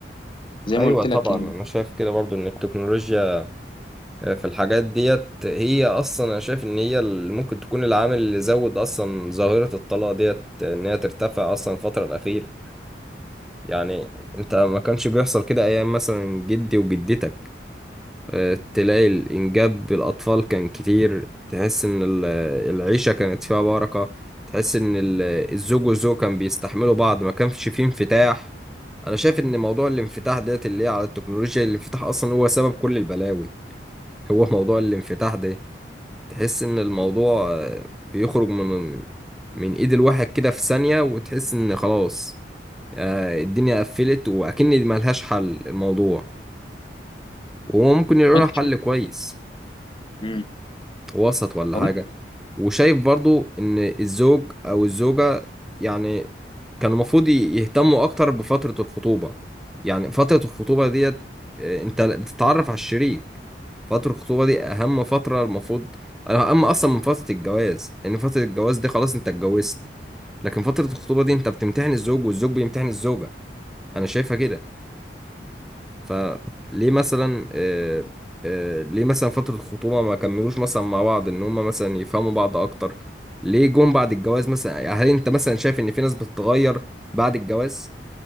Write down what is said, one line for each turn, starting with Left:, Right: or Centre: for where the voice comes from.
Left: زي
Centre: ايوه
Left: ما قلت
Centre: طبعا
Left: لك يعني
Centre: انا شايف كده برضو ان التكنولوجيا في الحاجات ديت هي اصلا انا شايف ان هي اللي ممكن تكون العامل اللي زود اصلا ظاهره الطلاق ديت ان هي ترتفع اصلا الفتره الاخيره يعني انت ما كانش بيحصل كده ايام مثلا جدي وجدتك آه، تلاقي الإنجاب بالأطفال كان كتير تحس إن ال- العيشة كانت فيها بركة تحس إن ال- الزوج والزوج كان بيستحملوا بعض ما كانش فيه انفتاح أنا شايف إن موضوع الانفتاح ديت اللي هي على التكنولوجيا الانفتاح أصلا هو سبب كل البلاوي هو موضوع الانفتاح ده تحس إن الموضوع آه، بيخرج من من إيد الواحد كده في ثانية وتحس إن خلاص آه، الدنيا قفلت وأكن ملهاش حل الموضوع وهو ممكن يلاقي
Left: وانت
Centre: له
Left: شايف
Centre: حل كويس
Left: امم
Centre: وسط ولا
Left: وانت
Centre: حاجة وشايف برضو ان الزوج او الزوجة يعني كان المفروض ي- يهتموا اكتر بفترة الخطوبة يعني فترة الخطوبة ديت آه، انت بتتعرف على الشريك فترة الخطوبة دي اهم فترة المفروض اهم اصلا من فترة الجواز لان فترة الجواز دي خلاص انت اتجوزت لكن فترة الخطوبة دي انت بتمتحن الزوج والزوج بيمتحن الزوجة انا شايفها كده فليه مثلا آه، آه، ليه مثلا فترة الخطوبة ما كملوش مثلا مع بعض ان هما مثلا يفهموا بعض اكتر ليه جم بعد الجواز مثلا يعني هل انت مثلا شايف ان في ناس بتتغير بعد الجواز